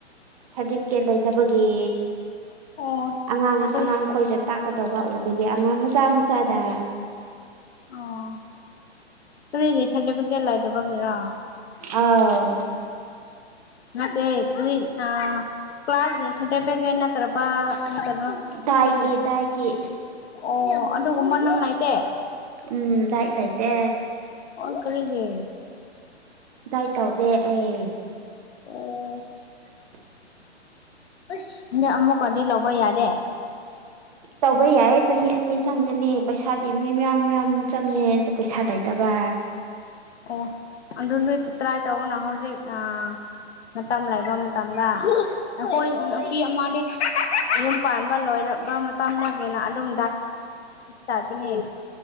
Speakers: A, on the right; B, on the left.
A: ꯁꯥꯔꯇꯤꯐꯤꯀꯦꯠ ꯂꯩꯇꯕꯒꯤ
B: ꯑꯣ
A: ꯑꯉꯥꯡ
B: ꯀꯔꯤ
A: ꯑꯉꯥꯡ ꯈꯣꯏꯗꯥ ꯇꯥꯛꯀꯗꯧꯕ ꯑꯣꯏꯕꯒꯤ ꯑꯉꯥꯡ ꯃꯆꯥ ꯃꯆꯥꯗ
B: ꯑꯣ ꯀꯥꯔꯤꯒꯤ ꯁꯔꯇꯤꯐꯤꯀꯦꯠ ꯂꯥꯏꯗꯥꯕꯒꯤꯔ
A: ꯑꯥꯎ
B: ꯅꯥꯇꯦ ꯀꯔꯤ ꯊꯥ ꯀ꯭ꯂꯥꯁꯁꯗꯕꯒ ꯇꯔꯄꯥ ꯍꯣꯇꯜ
A: ꯗꯥꯏꯠꯀꯤ
B: ꯂꯩ
A: ꯗꯥꯏꯠꯀꯤ
B: ꯑꯣ ꯑꯗꯨꯒꯨꯝꯕ ꯅꯨꯡꯉꯥꯏꯇꯦ
A: ꯎꯝ ꯗꯥꯠ ꯂꯩꯇꯦ
B: ꯑꯣ ꯀꯔꯤꯗꯤ
A: ꯗꯥꯥꯏ ꯇꯧꯗꯦ ꯑꯩ
B: ꯑꯣ
A: <unintelligible>
B: ꯑꯁ ꯅꯪꯗꯤ ꯑꯃꯨꯛꯀꯗꯤ ꯂꯧꯕ ꯌꯥꯗꯦ
A: ꯇꯧꯕ ꯌꯥꯏ ꯆꯍꯤ ꯑꯅꯤ ꯆꯪꯒꯅꯤ ꯄꯩꯁꯥꯗꯤ ꯃꯤ ꯃ꯭ꯌꯥꯝ ꯃ꯭ꯌꯥꯝ ꯆꯪꯉꯦ ꯑꯗꯨ ꯄꯩꯁꯥ ꯂꯩꯇꯕ
B: ꯑꯣ ꯑꯗꯨ ꯅꯣꯏ ꯇ꯭ꯔꯥꯏ ꯇꯧꯑꯣꯅꯥ ꯍꯧꯖꯤꯛ ꯑꯥ ꯃꯇꯝ ꯂꯩꯕ ꯃꯇꯝꯗ ꯑꯩꯈꯣꯏ ꯅꯨꯄꯤ ꯑꯃꯗꯤ ꯌꯨꯝ ꯄꯥꯟꯕ ꯂꯣꯏꯔꯕ ꯃꯇꯝꯗꯒꯤꯅ ꯑꯗꯨꯝ ꯇꯄꯅꯤ